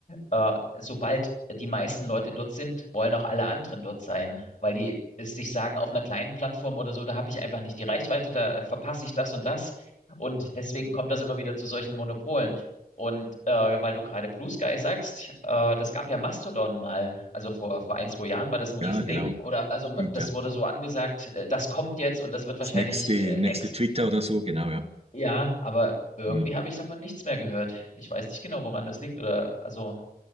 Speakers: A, on the left; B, on the right.
A: äh, sobald die meisten Leute dort sind, wollen auch alle anderen dort sein, weil die es sich sagen, auf einer kleinen Plattform oder so, da habe ich einfach nicht die Reichweite, da äh, verpasse ich das und das. Und deswegen kommt das immer wieder zu solchen Monopolen. Und äh, weil du gerade Blue Sky sagst, äh, das gab ja Mastodon mal. Also vor, vor ein, zwei Jahren war das ein Riesending.
B: ja, genau.
A: Oder also
B: Stimmt,
A: man- das
B: ja.
A: wurde so angesagt, äh, das kommt jetzt und das wird
B: das
A: wahrscheinlich
B: nächste,
A: äh,
B: nächste
A: ex.
B: Twitter oder so, genau, ja.
A: Ja, aber irgendwie
B: Mhm,
A: habe ich davon nichts mehr gehört. Ich weiß nicht genau, woran das liegt. Oder also